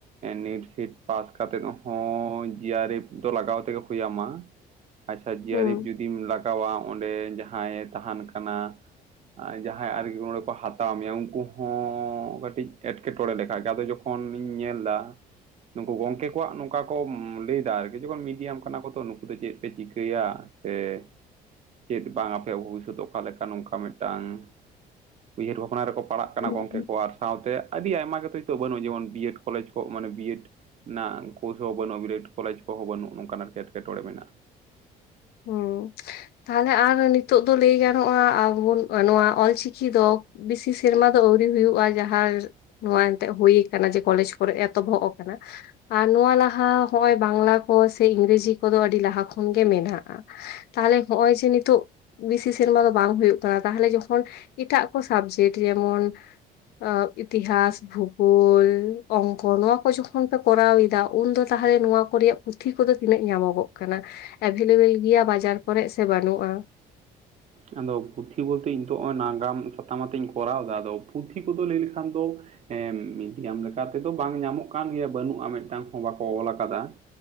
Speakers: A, on the right; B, on the left.
A: ᱱᱤᱴ ᱥᱮᱴ ᱯᱟᱥ ᱠᱟᱛᱮᱫ ᱦᱚᱸ ᱡᱤᱭᱟᱨᱮᱯ ᱫᱚ ᱞᱟᱜᱟᱣ ᱛᱮᱜᱮ ᱦᱩᱭᱟᱢᱟ᱾
B: <inaudible>
A: ᱟᱪᱷᱟ ᱡᱤᱟᱨᱤᱯᱷ
B: ᱦᱩᱸ
A: ᱡᱩᱫᱤᱢ ᱞᱟᱜᱟᱣᱟ ᱚᱸᱰᱮ ᱡᱟᱦᱟᱸᱭ ᱛᱟᱦᱮᱱ ᱠᱟᱱᱟ ᱡᱟᱦᱟᱸᱭ ᱟᱨᱠᱮ ᱱᱚᱰᱮ ᱠᱚ ᱦᱟᱛᱟᱣ ᱢᱮᱭᱟ ᱩᱱᱠᱩ ᱦᱚᱸ ᱠᱟᱹᱴᱤᱡ ᱮᱴᱠᱮᱴᱚ ᱮᱴᱠᱮᱴᱚᱬᱮ ᱞᱮᱠᱷᱟᱡ ᱜᱮ ᱟᱫᱚ ᱡᱚᱠᱷᱚᱱᱤᱧ ᱧᱮᱞ ᱮᱫᱟ ᱱᱩᱠᱩ ᱜᱚᱢᱠᱮ ᱠᱚᱣᱟᱜ ᱱᱚᱝᱠᱟ ᱠᱚ ᱞᱟᱹᱭ ᱫᱟ ᱟᱨᱠᱤ ᱡᱚᱠᱷᱚᱱ ᱢᱤᱰᱤᱭᱟᱢ ᱠᱟᱱᱟ ᱠᱚ ᱛᱚ ᱱᱩᱠᱩ ᱫᱚ ᱪᱮᱫ ᱯᱮ ᱪᱤᱠᱟᱹᱭᱟ ᱥᱮ ᱪᱮᱫ ᱵᱟᱝ ᱟᱯᱮᱭᱟᱜ ᱵᱷᱚᱵᱤᱥᱚᱛ ᱚᱠᱟ ᱞᱮᱠᱟ ᱱᱚᱝᱠᱟ ᱢᱤᱫᱴᱟᱝ ᱩᱭᱦᱟᱹᱨ ᱵᱷᱟᱵᱽᱱᱟ ᱨᱮᱠᱚ ᱯᱟᱲᱟᱜ
B: ᱦᱩᱸ
A: ᱠᱟᱱᱟ ᱜᱚᱢᱠᱮ ᱠᱚ ᱟᱨ ᱥᱟᱶᱛᱮ ᱟᱹᱰᱤ ᱟᱭᱢᱟ <unintelligible> ᱱᱤᱛᱚᱜ ᱵᱟᱹᱱᱩᱜᱼᱟ ᱡᱮᱢᱚᱱ ᱵᱤ ᱮᱰ ᱠᱚᱞᱮᱡᱽ ᱠᱚ ᱢᱟᱱᱮ ᱵᱤ ᱮᱰ ᱨᱮᱱᱟᱜ ᱠᱳᱥ ᱦᱚᱸ ᱵᱟᱹᱱᱩᱜᱼᱟ ᱜᱨᱮᱰ ᱠᱚᱞᱮᱡᱽ ᱠᱚ ᱦᱚᱸ ᱵᱟᱹᱱᱩᱜ ᱱᱚᱝᱠᱟᱱᱟᱜ ᱮᱴᱠᱮᱴᱚᱲᱮ ᱢᱮᱱᱟᱜᱼᱟ
B: ᱦᱩᱸ ᱛᱟᱦᱚᱞᱮ ᱟᱨ ᱱᱤᱛᱚᱜ ᱫᱚ ᱞᱟᱹᱭ ᱜᱟᱱᱚᱜᱼᱟ ᱟᱵᱚᱱ ᱱᱚᱣᱟ ᱚᱞᱪᱤᱠᱤ ᱫᱚ ᱵᱮᱥᱤ ᱥᱮᱨᱢᱟ ᱫᱚ ᱟᱹᱣᱨᱤ ᱦᱩᱭᱩᱜᱼᱟ ᱡᱟᱦᱟᱸᱨ ᱱᱚᱶᱟ ᱮᱱᱛᱮᱜ ᱦᱩᱭ ᱟᱠᱟᱱᱟ ᱡᱮ ᱠᱚᱞᱮᱡᱽ ᱠᱚᱨᱮᱜ ᱮᱛᱚᱦᱚᱵ ᱟᱠᱟᱱᱟ ᱟᱨ ᱱᱚᱶᱟ ᱞᱟᱦᱟ ᱱᱚᱜ-ᱚᱭ ᱵᱟᱝᱞᱟ ᱠᱚ ᱥᱮ ᱤᱝᱨᱮᱡᱤ ᱠᱚᱫᱚ ᱟᱹᱰᱤ ᱞᱟᱦᱟ ᱠᱷᱚᱱ ᱜᱮ ᱢᱮᱱᱟᱜ ᱛᱟᱦᱚᱞᱮ ᱱᱚᱜᱼᱚᱭ ᱡᱮ ᱱᱤᱛᱳᱜ ᱵᱮᱥᱤ ᱥᱮᱨᱢᱟ ᱫᱚ ᱵᱟᱝ ᱦᱩᱭᱩᱜ ᱠᱟᱱᱟ ᱛᱟᱦᱚᱞᱮ ᱡᱚᱠᱷᱚᱱ ᱮᱴᱟᱜ ᱠᱚ ᱥᱟᱵᱡᱮᱠᱴ ᱡᱮᱢᱚᱱ ᱮᱸᱜ ᱤᱛᱤᱦᱟᱥ ᱵᱷᱩᱜᱳᱞ ᱚᱝᱠᱚ ᱱᱚᱣᱟ ᱠᱚ ᱡᱚᱠᱷᱚᱱ ᱯᱮ ᱠᱚᱨᱟᱣ ᱮᱫᱟ ᱩᱱ ᱫᱚ ᱛᱟᱦᱚᱞᱮ ᱱᱚᱣᱟ ᱠᱚᱨᱮᱭᱟᱜ ᱯᱩᱛᱷᱤ ᱠᱚᱫᱚ ᱛᱤᱱᱟᱹᱜ ᱧᱟᱢᱚᱜᱚᱜ ᱠᱟᱱᱟ ᱮᱵᱷᱮᱞ ᱮᱵᱮᱞ ᱜᱮᱭᱟ ᱵᱟᱡᱟᱨ ᱠᱚᱨᱮᱜ ᱥᱮ ᱵᱟᱹᱱᱩᱜᱼᱟ
A: ᱟᱫᱚ ᱯᱩᱛᱷᱤ ᱵᱚᱞᱛᱮ ᱤᱧ ᱛᱚ ᱱᱚᱜ-ᱚᱭ ᱱᱟᱜᱟᱢ ᱥᱟᱛᱟᱢ ᱟᱛᱮᱧ ᱤᱧ ᱠᱚᱨᱟᱣᱫᱟ ᱟᱫᱚ ᱯᱩᱛᱷᱤ ᱠᱚᱫᱚ ᱞᱟᱹᱭ ᱞᱮᱠᱷᱟᱱ ᱫᱚ ᱮᱸ ᱢᱤᱰᱤᱭᱟᱢ ᱞᱮᱠᱟ ᱛᱮᱫᱚ ᱵᱟᱝ ᱧᱟᱢᱚᱜ ᱠᱟᱱ ᱜᱮᱭᱟ ᱵᱟᱹᱱᱩᱜᱼᱟ ᱢᱤᱫᱴᱟᱝ ᱦᱚᱸ ᱵᱟᱠᱚ ᱚᱞ ᱠᱟᱫᱟ